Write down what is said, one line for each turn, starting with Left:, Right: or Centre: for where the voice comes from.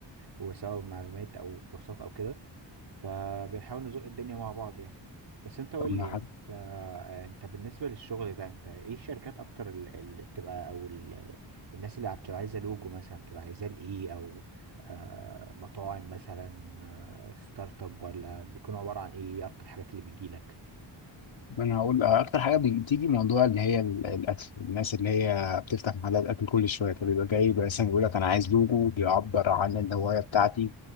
Right: وسواء معلومات او كورسات او كده فبنحاول نزق الدنيا مع بعض يعني بس انت قول
Left: طب
Right: لي
Left: ما حد
Right: انت انت بالنسبة للشغل ده انت ايه الشركات اكتر ال- اللي بتبقى او ال... الناس اللي بتبقى عايزة لوجو مثلا بتبقى عايزة لايه او آه، مطاعم مثلا ستارت اب ولا بيكون عبارة عن ايه ايه اكتر الحاجات اللي بتجيلك
Left: ما انا هقول اكتر حاجة بتيجي موضوع اللي هي ال- الاكل الناس اللي هي بتفتح محلات اكل كل شوية فبيبقى جاي بس بيقول لك انا عايز لوجو بيعبر عن الهواية بتاعتي